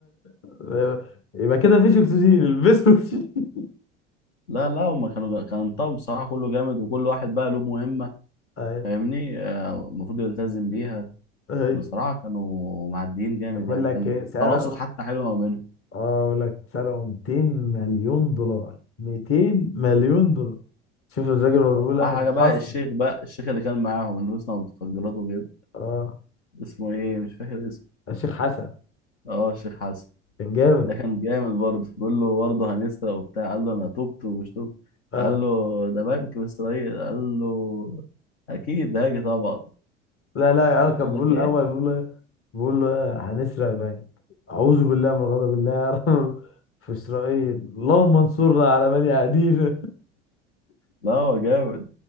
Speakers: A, on the left; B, on the left.
A: أيوة. يبقى كده مفيش اكسجين البسوا اكسجين
B: لا لا هما كانوا كان الطقم بصراحه كله جامد وكل واحد بقى له مهمه
A: <laughs> أيوة.
B: فاهمني آه، المفروض يلتزم بيها
A: أيوة.
B: بصراحة كانوا معديين جامد
A: بقول
B: يعني
A: لك
B: كان
A: ايه سرقوا
B: تناسق حتى حلو ما بينهم
A: اه بقول لك سرقوا 200 مليون دولار 200 مليون دولار شوف الراجل ما بيقولها
B: أحلى حاجة
A: متحصن
B: بقى الشيخ بقى الشيخ اللي كان معاهم اللي لبسنا متفجرات وكده
A: اه
B: اسمه إيه مش فاكر اسمه
A: الشيخ حسن
B: أه الشيخ حسن
A: كان جامد
B: ده كان جامد برضه بيقول له برضه هنسرق وبتاع قال له أنا تبت ومش تبت
A: اه
B: قال له ده بنك في إسرائيل قال له أكيد هاجي طبعا
A: لا لا يا كان
B: يقول
A: بيقول
B: لك إيه
A: الاول بيقول له إيه؟ بيقول له إيه؟ هنسرق بنك اعوذ بالله من غضب الله يا رب في اسرائيل اللهم انصرنا على من يعادينا
B: لا هو جامد